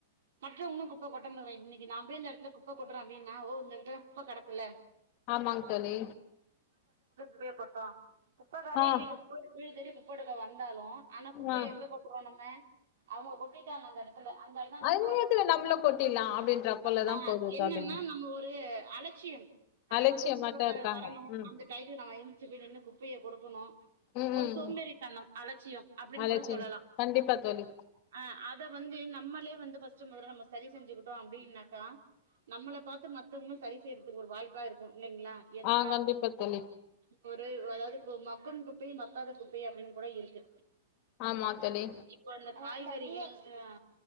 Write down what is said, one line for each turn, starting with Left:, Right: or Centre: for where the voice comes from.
Right: மற்றவங்களு குப்ப கொட்டமாட்றாங்க இன்னைக் கு நா போய் இந்த எடத்துல குப்ப கொட்டுற அப்படின்னா ஓ இந்த எடத்துல குப்ப கெடக்குல்ல
Left: ஆமாங் தோழி
Right: குப்பய கொட்றோ குப்ப காரியே
Left: ஆ
Right: வீட்டு <inaudible> வீடு தேடி குப்ப எடுக்க வந்தாலு ஆனா குப்பய
Left: ஆ
Right: எங்க கொட்டுவோ நம்ம அவுங்க கொட்டிட்டாங்கா அந்த எட த்துல அந்த எணணோ நமக்கு
Left: அது நேரத்துல
Right: வர்றதுக்கு
Left: நம்மள கொட்டிட்லா அப்டின்ற போலதா
Right: ஆ
Left: போது
Right: என்னன்னா
Left: தோழி
Right: நம்ம ஒரு அலட்சியம் ஆ
Left: அலட்சியமாட்டா
Right: இப்ப குப்பக்காரர்
Left: இருக்காங்க
Right: வரணு
Left: ம்
Right: அந்த டயத்துக்கு நம்ம எந்துச்சி போய் நின்னு குப்பைய குடுக்கணு
Left: ம்
Right: ஒரு
Left: ம்
Right: சோம்பேறி தனம் அலட்சியம் அப்டின்னு
Left: அலட்சியம்
Right: கூட சொல்லலா
Left: கண்டிப்பா தோழி
Right: ஆ அப் மொத வந்து நம்மளே வந்து ஃபர்ஸ்ட் மொதல்ல நம்ம சரிசெஞ்சிக்கிட்டோ அப்டி னாக்கா நம்மள பாத்து மத்தவங்களு சரி செய்றதுக்கு ஒரு வாய்ப்பா இருக்கு. இல்லைங்களா ஏன்னா
Left: ஆ கண்டிப்பா தோழி
Right: <inaudible> து வதாவ்து ப்ப மக்கும் குப்பை மக்காத குப்பை அப்டின்னு கூட இருக்கு
Left: ஆமாத் தோழி
Right: இப்போ அந்த காய்கறிகள் அ